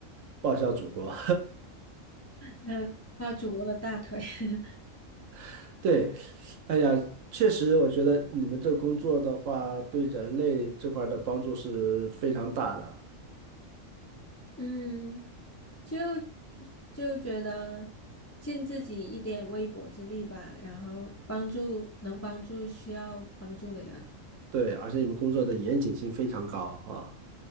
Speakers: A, on the right (about 70°); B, on the left (about 25°).
A: 报效祖国。
B: 那抱祖国的大腿。<laughs>
A: <laughs> 对，哎呀，确实，我觉得你们这工作的话，对人类这块儿的帮助是非常大的。
B: 嗯，就就觉得尽自己一点微薄之力吧，然后帮助能帮助需要帮助的人，
A: 对，而且你们工作的严谨性非常高啊。